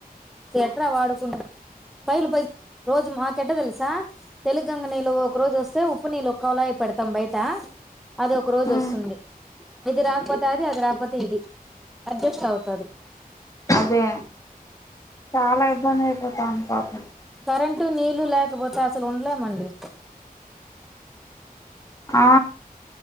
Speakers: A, in the centre; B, on the left.
A: తి ఎట్రా వాడుకుంట పైలు ప రోజు మాక ఎట్ట తెలుసా తెలు గంగ నీళ్లు ఒక రోజు వస్తే ఉప్పు నీళ్ళు కొలాయి పెడతాం బయట అది ఒక రోజు
B: ఉ
A: వస్తుంది ఇది రాకపోతే అది అది రాకపోతే ఇది అడ్జస్ట్ అవుతారు
B: అదే చాలా ఇబ్బంది అయిపోతాంది పాపం
A: కరెంటు నీళ్లు లేకపోతే అసలు ఉండలేమండి
B: ఆ